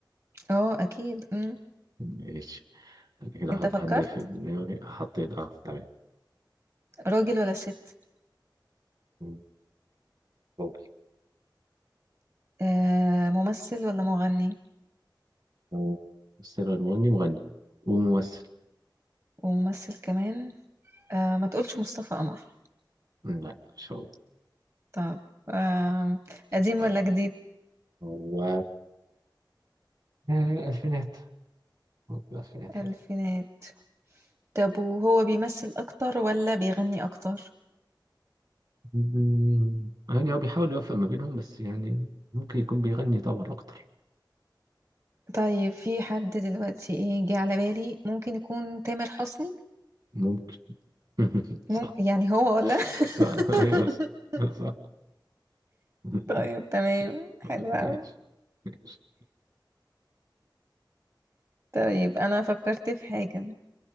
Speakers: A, on the right (about 40°); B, on the right (about 60°).
A: اه اكيد امم
B: ماشي انا كده
A: انت
B: حط
A: فكرت
B: حد في دماغي حطيت اه تمام
A: راجل ولا ست
B: مم. اوكي
A: آه ممثل ولا مغني
B: آه، بس أنا المغني مغني وممثل
A: وممثل كمان آه ما تقولش مصطفى قمر
B: مم، لا مش هو
A: طب آه قديم
B: آه،
A: ولا جديد
B: هو آه، الفينات هو في الألفينات حلو
A: الفينات طب وهو بيمثل اكتر ولا بيغني اكتر
B: مم، يعني هو بيحاول يوفق ما بينهم بس يعني ممكن يكون بيغني طبعا أكتر
A: طيب في حد دلوقتي ايه جه على بالي ممكن يكون تامر حسني
B: ممكن <laughs>
A: مم...
B: صح
A: يعني هو ولا
B: صح
A: <laughs>
B: أيوه صح صح <laughs>
A: طيب تمام حلو
B: ماشي
A: قوي
B: ماشي
A: طيب انا فكرت في حاجة